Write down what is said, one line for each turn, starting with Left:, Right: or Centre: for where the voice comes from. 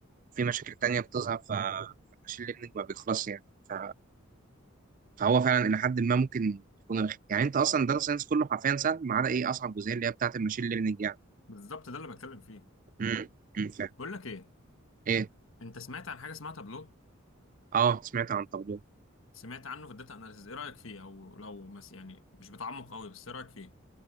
Right: في مشاكل تانية بتظهر ف- فالمشي اللي ابنك ما بيخلصش يعني ف- فهو فعلا إلى حد ما ممكن يكون رخي يعني أنت أصلا داتا ساينس كله حرفيا سهل ما عدا إيه أصعب جزئية اللي هي بتاعة الماشين ليرنينج يعني
Left: بالظبط ده اللي بتكلم فيه
Right: امم امم فاهم
Left: بقول لك ايه
Right: إيه
Left: انت سمعت عن حاجة اسمها تابلو
Right: أه سمعت عن تابلو
Left: سمعت عنه في الداتا اناليسيز ايه رأيك فيه او لو مس يعني مش بتعمق قوي بس ايه رأيك فيه